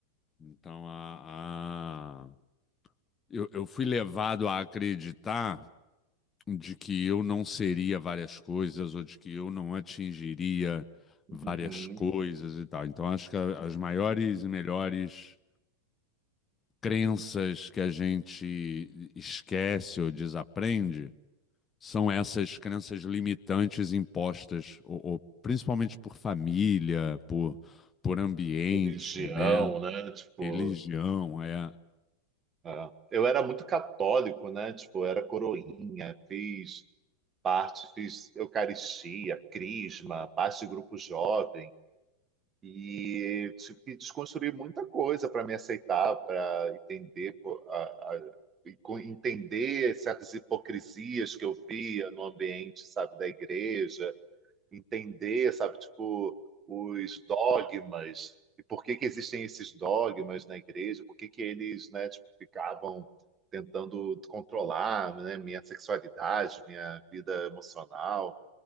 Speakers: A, on the left; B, on the right.
A: Então, a, a- Eu, eu fui levado a acreditar de que eu não seria várias coisas ou de que eu não atingiria várias
B: uhum.
A: coisas e tal. Então, acho que a- as maiores e melhores crenças que a gente esquece ou desaprende são essas crenças limitantes impostas, ou, ou principalmente por família, por, por ambiente,
B: Religião,
A: né?
B: né? Tipo,
A: Religião, é,
B: é. Eu era muito católico, né? Tipo, eu era coroinha, fiz parte, fiz Eucaristia, Crisma, parte de grupo jovem e tive que desconstruir muita coisa para me aceitar, para entender pô, a- a- e co- entender certas hipocrisias que eu via no ambiente, sabe, da igreja entender, sabe, tipo, os dogmas e por que que existem esses dogmas na igreja, por que que eles, né, tipo, ficavam tentando controlar, né, minha sexualidade, minha vida emocional